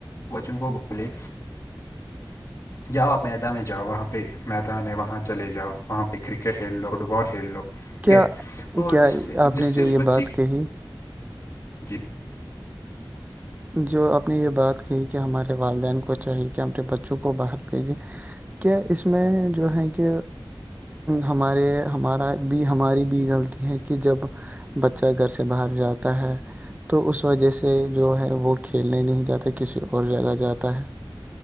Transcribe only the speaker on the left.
بچوں کو بولے جاؤ آپ میدان میں جاؤ وہاں پہ میدان ہے وہاں چلے جاؤ وہاں پہ کرکٹ کھیل لو فٹ بال کھیل لو ٹھیک
ہے اور
جس سے
جس
سے اس
بچے
کی
جی